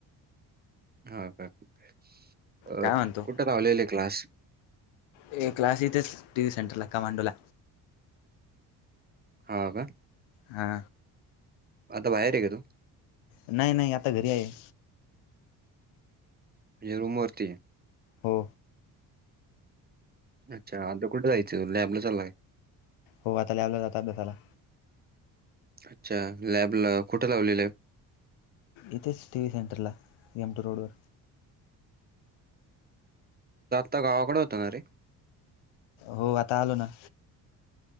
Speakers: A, on the right; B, on the left.
A: हा का? अ
B: काय म्हणतो
A: कुठ लावलेले क्लास?
B: ये क्लास इथेच टिव्हीसेंटरला कमांडो ला
A: हा का
B: हा.
A: आता बाहेर हे का तु?
B: नाही नाही, आता घरी आहे.
A: ते रूमवरती
B: हो.
A: अच्छा आता कुे जायंचे, आपलं चाललाय
B: हो, आता लॅब ला जात अभ्यासाला.
A: अच्छा! लॅब ला कुठं लावलेलं आहे?
B: इथेच टीव्ही सेंटरला, एम टी रोडवर
A: तु <unintelligible> गावाकडे होता ना रे?
B: हो, आता आलो ना.